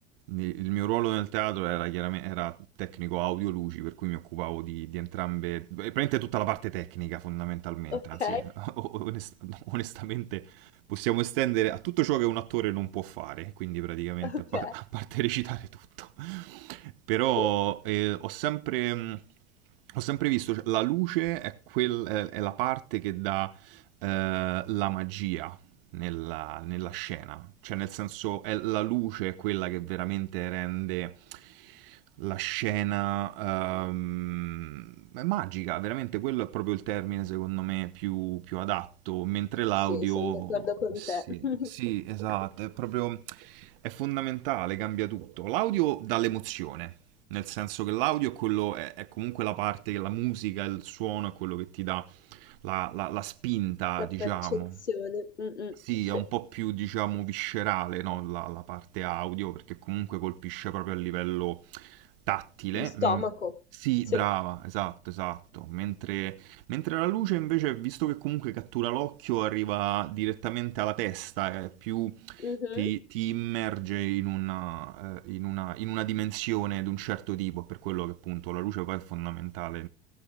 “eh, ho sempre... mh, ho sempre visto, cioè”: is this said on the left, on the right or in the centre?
Right